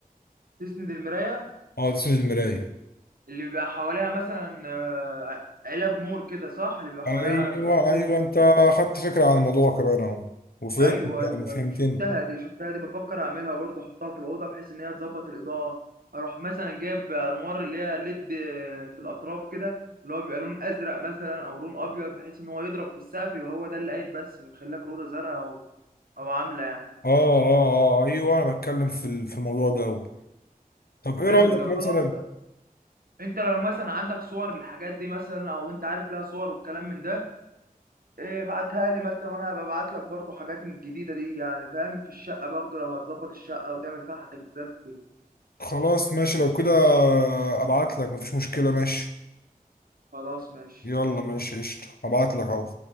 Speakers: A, on the right; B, on the left.
A: تسند المراية
B: اه آه، تسند المرايه
A: اللي بيبقى حواليها مثلا آه، علب نور كده صح اللي بيبقى حواليها
B: ايوه
A: آه، نور
B: ايوه
A: نور
B: انت خدت فكره عن الموضوع كمان اهو وصلت
A: ايوه
B: يعني
A: ايوه
B: فهمتني
A: ايوه شفتها دي شفتها دي بفكر اعملها برضه احطها في الاوضه بحيث ان هي تظبط الاضاءه اروح مثلا جايب انوار اللي هي ليد في الاطراف كده اللي هو بيبقى لون ازرق مثلا او لون ابيض بحيث ان هو يضرب في السقف يبقى هو ده اللي قايد بس ويخلي لك الاوضه زرقاء او او عامله يعني
B: اه اه اه ايوه انا بتكلم في ال- في الموضوع ده أوي. طب ايه
A: حلو
B: رايك
A: ده خلاص
B: مثلا
A: انت لو مثلا عندك صور للحاجات دي مثلا او انت عارف لها صور والكلام من ده إيه، ابعتها لي مثلا وانا هبقى ابعت لك برضه حاجات من الجديده دي يعني فاهم في الشقه برضه لو هتظبط الشقه وتعمل فيها تجديدات وكده
B: خلاص ماشي لو كده ابعت لك مفيش مشكله ماشي
A: خلاص ماشي
B: يلا
A: ماشي
B: ماشي قشطه ابعت لك اهو